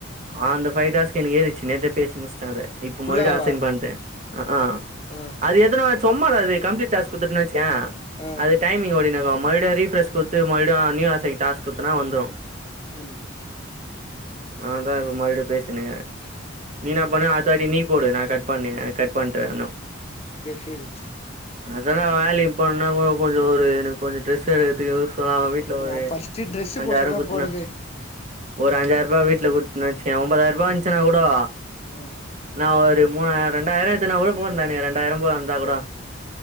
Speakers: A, on the right; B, on the left.
A: ஆ அந்த ஃபை டாஸ்க் ஏறிச்சு நேத்தே பேசி முச்சிட்ட அத இப்ப
B: ஃபுல்லாவா
A: மறுடி அசைன் பண்து ஆ ஆ
B: ஆ
A: அது எத்தன வா சும்மா தா அது கம்ளீட்டாஸ் குடுத்துன்ன வச்ச
B: ம்
A: டைமிங் ஓடினு இருக்கு மறுபடியு ரீப்ரஸ் குடுத்து மறுடி நியூ அசைன் டாஸ்க் குட்தனா வந்துரு
B: ம்
A: ஆதா இப்ப மறுபடியு பேசினுக்குற நீ இன்னா பண்ணு அடுத்த வாட்டி நீ போடு நா கட் பண்ணி கட் பண்ட்டுன
B: சேர் சேரி
A: அதல்லா வேலைையு போன்னா ஓ கொஞ்சோ ஒரு எனக்கு கொஞ்சோ ட்ரெஸ்சு த்து சொல்லா வீட்ல ஒரு
B: நா ஃபஸ்ட்டு ட்ரெஸ்ஸு
A: அஞ்சாயிரோ
B: கோசரோ தா
A: குத்துனா
B: போறது
A: ஒரு அஞ்சாயிரூபா வீட்ல குட்னா வச்சய ஒம்பதாயிரூபா இருஞ்ச்சுனா கூடோ
B: ம்
A: நா ஒரு மூணா ரெண்டாயிரோ எடுத்து நா கூட போதுடா எனக்கு ரெண்டாயிரோ போ வந்தா கூட